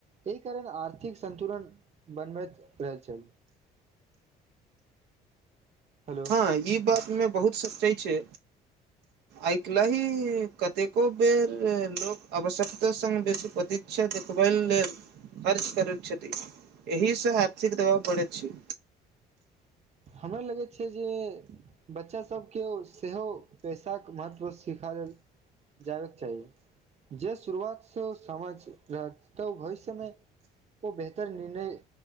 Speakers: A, on the right; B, on the right.
A: एहि कारण आर्थिक संतुलन बनबैत रहल छै हेलो
B: हँ ई बातमे बहुत सोचै छै आइ काल्हि ही कतेको बेर लोक आवश्यकता संग <unintelligible> नीचा देखबय लेल खर्च करैत छथि एहिसँ आर्थिक दबाव बढ़े छै
A: हमरा लगै छै जे बच्चासभके सेहो पैसाक महत्व सिखाल जाबेक चाही जे शुरुआत से ओ समझ रहत तऽ ओ भविष्यमे ओ बेहतर निर्णय